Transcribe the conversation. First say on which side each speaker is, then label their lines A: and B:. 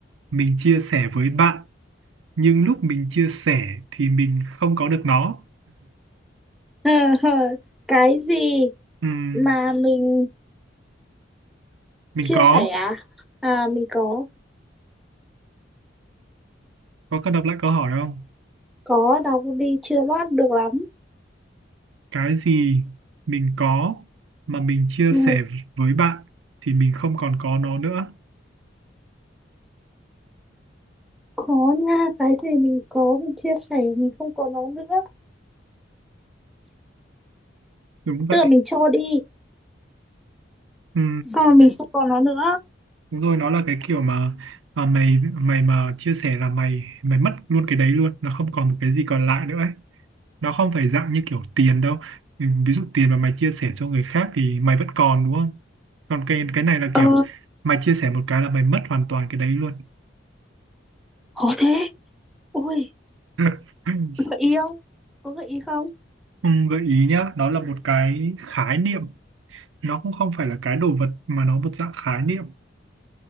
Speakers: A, on the right; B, in the centre.
A: mình chia sẻ với bạn, nhưng lúc mình chia sẻ thì mình không có được nó.
B: <laughs> cái gì
A: Ừm,
B: mà mình
A: mình
B: chia
A: có,
B: sẻ à? À mình có
A: có cần đọc lại câu hỏi không?
B: có đọc đi chưa bắt được lắm.
A: Cái gì mình có mà mình chia
B: Ừ,
A: sẻ với bạn thì mình không còn có nó nữa.
B: có nha, cái gì mình có mình chia sẻ mình không có nó nữa.
A: Đúng vậy.
B: Tức là mình cho đi,
A: Ừ.
B: xong rồi mình không có nó nữa.
A: Đúng rồi, nó là cái kiểu mà mà mày mày mà chia sẻ là mày mày mất luôn cái đấy luôn, nó không còn một cái gì còn lại nữa ấy. Nó không phải dạng như kiểu tiền đâu. Ừ, Ví dụ tiền mà mày chia sẻ cho người khác thì mày vẫn còn đúng không? Còn cái cái này là
B: Ờ,
A: kiểu mày chia sẻ một cái là mày mất hoàn toàn cái đấy luôn.
B: có thế. Ôi,
A: <laughs>
B: gợi ý không? Có gợi ý không?
A: Ừ, gợi ý nhá, đó là một cái khái niệm, nó cũng không phải là cái đồ vật mà nó một dạng khái niệm,